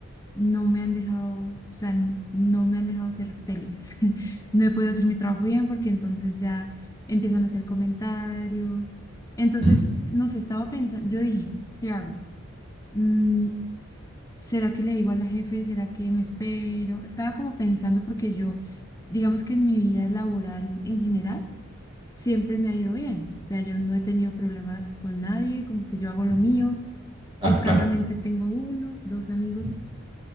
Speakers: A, on the left; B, on the right.
A: no me han dejado, o sea, n- no me han dejado ser feliz. <laughs> No he podido hacer mi trabajo bien porque entonces ya empiezan a hacer comentarios. Entonces,
B: ujú,
A: no sé, estaba pensando, yo dije, ¿qué hago? Mm, ¿será que le digo a la jefe? ¿Será que me espero? Estaba como pensando porque yo, digamos que en mi vida laboral en general, siempre me ha ido bien. O sea, yo no he tenido problemas con nadie, como que yo hago lo
B: ujú,
A: mío.
B: claro,
A: Escasamente
B: claro.
A: tengo uno, dos amigos
B: ujú,